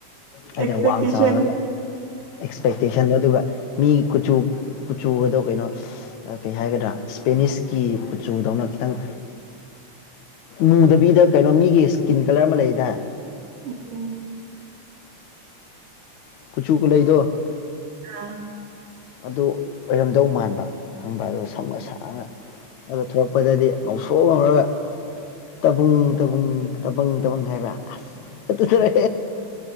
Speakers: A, on the left; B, on the right.
A: ꯍꯥꯏꯗꯤ
B: ꯑꯦꯛꯁꯄꯦꯛꯇꯦꯁꯟ
A: ꯋꯥꯡ ꯆꯥꯎꯔꯒ ꯑꯦꯛꯁꯄꯦꯛꯇꯦꯁꯟꯗꯣ ꯑꯗꯨꯒ ꯃꯤ ꯀꯨꯆꯨ ꯀꯨꯆꯨꯒꯗꯣ ꯀꯩꯅꯣ ꯑ ꯀꯩ ꯍꯥꯏꯒꯗ꯭ꯔꯥ ꯏꯁꯄꯦꯅꯤꯁꯀꯤ ꯀꯨꯆꯨꯗꯧꯅ ꯈꯤꯇꯪ ꯃꯨꯗꯕꯤꯗ ꯀꯩꯅꯣ ꯃꯤꯒꯤ ꯏꯁꯀꯤꯟ ꯀꯂꯔ ꯑꯃ ꯂꯩꯗ
B: ꯎ ꯎꯝ
A: ꯀꯨꯆꯨ ꯀꯨꯂꯩꯗꯣ
B: ꯑ
A: ꯑꯗꯨ ꯑꯣꯏꯔꯝꯗꯧ ꯃꯥꯟꯕ ꯈꯪꯕ꯭ꯔ ꯑꯗꯨꯒ ꯁꯝꯉ ꯁꯛꯑꯒ ꯑꯗꯨꯗ ꯊꯂꯛ ꯀꯄꯗꯗꯤ ꯉꯧꯁꯣꯛ ꯉꯧꯔꯒ ꯇꯕꯨꯡ ꯇꯕꯨꯡ ꯇꯕꯪ ꯇꯕꯪ ꯍꯥꯏꯕ꯭ꯔꯥ ꯑꯗꯨꯔꯦ